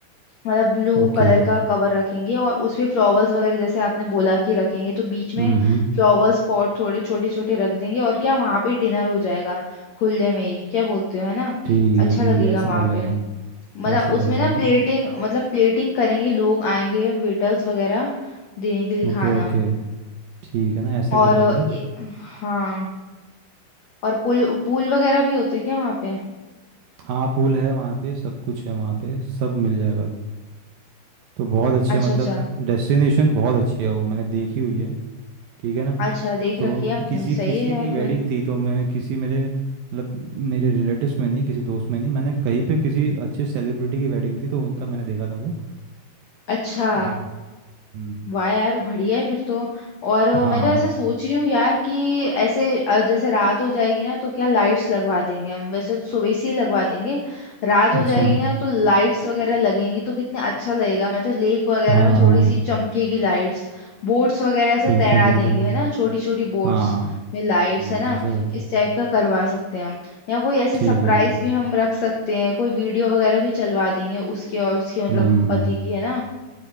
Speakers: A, on the left; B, on the right.
A: मतलब ब्लू
B: ओके
A: कलर का कवर रखेंगे और उसपे फ्लावर्स वगैरह जैसे आपने बोला कि रखेंगे तो बीच में
B: हम्म
A: फ्लावर्स पॉट थोड़े छोटे छोटे रख देंगे और क्या वहां पे डिनर हो जाएगा खुले में ही क्या बोलते हो है ना
B: ठीक
A: अच्छा
B: है ठीक
A: लगेगा
B: है ऐसा
A: वहां
B: कर लेंगे
A: पे मतलब
B: ऐसा कर
A: उसमें
B: लेंगे
A: ना प्लेटिंग मतलब प्लेटिंग करेंगे लोग आएंगे वेटर्स वगैरह देने के लिए
B: ओके
A: खाना
B: ओके ठीक है ना ऐसा
A: और
B: कर लेंगे
A: अ, ए- हाँ और पूल पूल वगैरह भी होते हैं क्या वहाँ पे
B: हाँ पूल है वहाँ पे सब कुछ है वहाँ पे सब मिल जाएगा तो बहुत अच्छे
A: अच्छा
B: मतलब
A: अच्छा
B: डेस्टिनेशन बहुत अच्छी है वो मैंने देखी हुई है ठीक है ना
A: अच्छा देख
B: तो
A: रखी है आपने
B: किसी किसी
A: सही है यार
B: की वेडिंग
A: फिर
B: थी तो मैंने किसी मेरे मतलब मेरे रिलेटिव्स में नहीं किसी दोस्त में नहीं मैंने कहीं पे किसी अच्छे सेलिब्रिटी की वेडिंग थी तो उनका मैंने देखा था वो
A: अच्छा
B: हाँ हम्म
A: वाह यार बढ़िया है फिर तो और अ,
B: हाँ
A: मैं तो ऐसा सोच रही हूँ यार कि ऐसे अ, जैसे रात हो जाएगी ना तो क्या लाइट्स लगवा देंगे हम वैसे तो सुबह से ही लगवा देंगे रात हो
B: अच्छा
A: जाएगी ना तो लाइट्स वगैरह लगेंगी तो कितना अच्छा लगेगा मैं तो लेक वगैरह
B: हाँ
A: में थोड़ी सी चमकेगी लाइट्स बोट्स वगैरह ऐसे
B: बिल्कुल
A: तैरा
B: बिल्कुल
A: देंगे है ना छोटी छोटी बोट्स
B: हाँ
A: में लाइट्स
B: हम्म,
A: है ना
B: ऐसा करें
A: इस टाइप का करवा सकते हैं हम या कोई ऐसे
B: ठीक
A: सरप्राइज
B: है ठीक है
A: भी हम रख सकते हैं कोई वीडियो वगैरह भी चलवा देंगे उसके और उसके मतलब
B: हम्म
A: पति की है ना